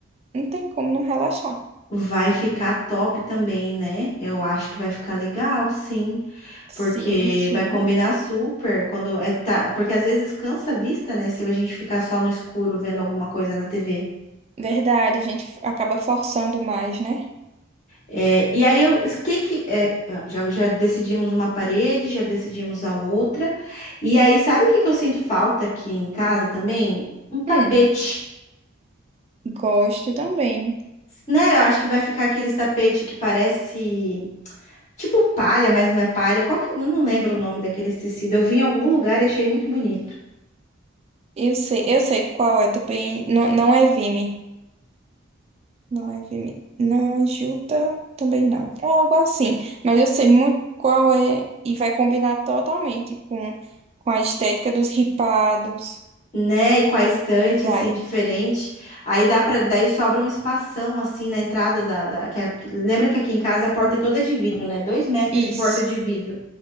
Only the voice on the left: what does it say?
vai ficar top também, né? Eu acho que vai ficar legal, sim,
porque
vai combinar super quando é tá, porque às vezes cansa a vista, né? Se a gente ficar só no escuro vendo alguma coisa na TV.
É, e aí eu, que que é, ah, já, já decidimos uma parede, já decidimos a outra. E aí sabe o que que eu sinto falta aqui em casa também? Um tapete.
Né, eu acho que vai ficar aqueles tapete que parece. Tipo palha, mas não é palha. Qual que... Não lembro o nome daquele tecido. Eu vi em algum lugar e achei muito bonito.
Né? E com a estante,
assim, diferente. Aí dá para Daí sobra um espação, assim, na entrada da... da... que a- Lembra que aqui em casa a porta é toda de vidro, né? Dois metros
de porta de vidro.